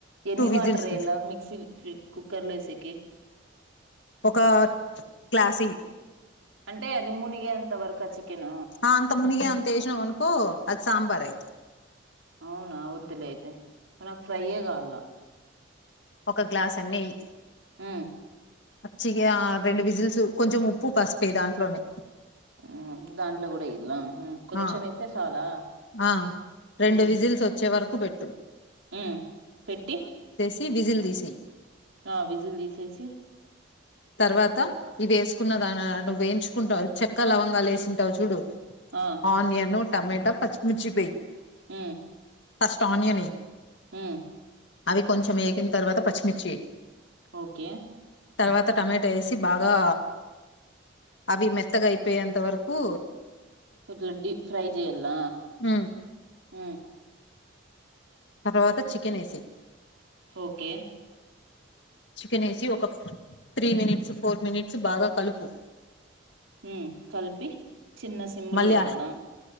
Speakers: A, on the right; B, on the left.
A: ఎన్ని
B: విజిల్స్
A: వాటర్ ఎయల్ల
B: వేసి
A: మిక్సీ కుక్కర్ లో వేసేకి
B: ఒక గ్లాస్ వేయ్
A: అంటే అది మునిగే అంత వరకు ఆ చికెన్
B: అంత మునిగే అంత వేసినావు అనుకో అది సాంబార్ అయితాంది
A: అవునా వద్దులే ఆయితే నాకు ఫ్రై యే కావాల
B: ఒక గ్లాస్ అన్ని వేయ్
A: ఊ
B: పచ్చిగా రెండు విజిల్స్ కొంచెం ఉప్పు పసూపు వేయ్ దాంట్లోనే
A: ఊ దాంట్లో కూడా వేయాళ్ళ హు కొంచెం
B: ఆ
A: వేస్తే చాలా
B: ఆ రెండు
A: ఉ
B: విజిల్స్ వచ్చే వరకు పెట్టు
A: ఊ పెట్టి
B: ట్టి విజిల్ తీసెయ్
A: ఆ విజిల్ తీసేసి
B: తర్వాత ఇవి వేసుకున్న దాని నువ్ వేయించుకుంటావు చెక్క లవంగాలు వేసింటావు చూడు
A: ఆ
B: ఆనియను, టమేటా, పచ్చిమిచ్చి వేయ్
A: ఉ
B: ఫస్ట్ ఆనియన్ వేయ్
A: ఉ
B: అవి కొంచెం వేగిన తర్వాత పచ్చిమిర్చి వేయ్
A: ఓకే
B: తర్వాత టమాటా వేసి బాగా అవి మెత్తగా అయిపోయేంత వరకు
A: ఇట్లా డీ ఫ్రై చెయాల్ల
B: ఉ
A: ఊ
B: తర్వాత చికెన్ వేసెయ్
A: ఓకే
B: చికెన్ వేసి ఒక త్రీ మినిట్స్ ఫోర్ మినిట్స్ బాగా కలుపు
A: హు కలిపి చిన్న సిమ్
B: మళ్ళీ
A: లో పెట్టల్ల